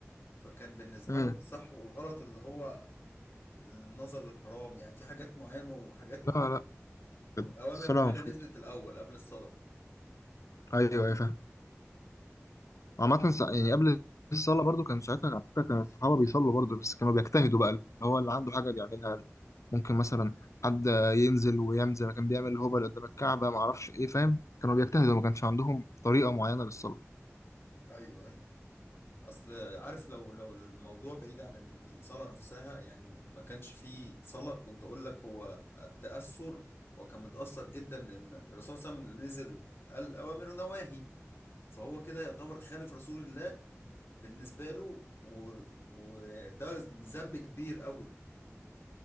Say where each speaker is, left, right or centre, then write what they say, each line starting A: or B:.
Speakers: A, on the left; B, on the left.
A: فكان بالنسبه
B: مم.
A: لهم الصح والغلط اللي هو النظر للحرام يعني في حاجات معينه وحاجات
B: لا لا
A: اوامر
B: الصلاة
A: معينه
B: المفروض
A: نزلت الاول قبل الصلاه
B: أيوه أيوة، فاهم عامة سا- يعني قبل الصلاة برضو كان ساعتها على فكرة كان الصحابة بيصلوا برضو بس كانوا بيجتهدوا بقى اللي هو اللي عنده حاجة بيعملها ممكن مثلا حد ينزل ويعمل زي ما كان بيعمل الهبل قدام الكعبة ما اعرفش ايه فاهم كانوا بيجتهدوا ما كانش عندهم طريقة معينة للصلاة
A: ايوه ايوه اصل عارف لو لو الموضوع بعيد عن ال- الصلاه نفسها يعني ما كانش فيه صلاه كنت اقول لك هو التاثر هو كان متاثر جدا لان الرسول صلى الله عليه وسلم نزل قال اوامر ونواهي فهو كده يعتبر خالف رسول الله بالنسبه له و- وده ذنب كبير قوي